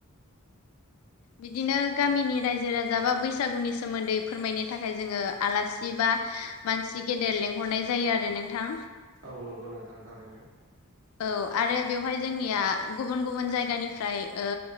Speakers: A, on the left (about 80°); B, on the right (about 80°).
A: बिदिनो गामिनि रायजो राजा बा बैसागुनि सोमोन्दै फोरमायनो थाखाय जोङो आलासि बा मानसि गेदेर लेंंहरनाय जायो आरो नोंथां।
B: औ नंगौ नोंथांनि थारैनो
A: औ आरो बेवहाय जोंनिया गुबुन गुबुन जायगानिफ्राय ओ